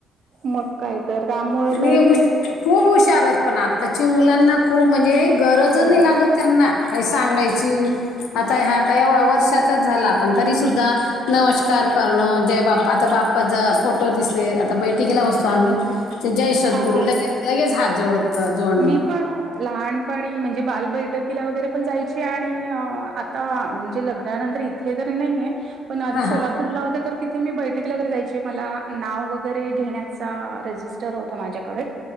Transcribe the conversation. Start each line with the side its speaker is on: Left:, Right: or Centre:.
Right: मग काही तर त्यामुळेळ
Left: आणि
Right: तर
Left: हुश- खूप हुशारच पण आत्ताची मुलांना खूप म्हणजे गरज
Right: हो
Left: नाही लागत त्यांना काही सांगायची आता ह आता एवढा वर्षाचाच झाला पण तरी सुद्धा नमस्कार करणं जय बाप् आता बाप्पाचा फोटो दिसले आता बैठ घेला बसतो आम्ही ते जय सद्गुरु
Right: हो हो
Left: लगेच लगेच हात जोडतं जोडणं
Right: मी पण लहानपणी म्हणजे बाल बैठकीला वगैरे पण जायचे आणि आता म्हणजे लग्नानंतर इथे तरी नाहीये पण आधी
Left: हां
Right: सोलापूरला
Left: हां
Right: होत तर थ मी बैठकला वगैरे जायची मला नाव वगैरे घेण्याचा रजिस्ट हो माझ्याकडे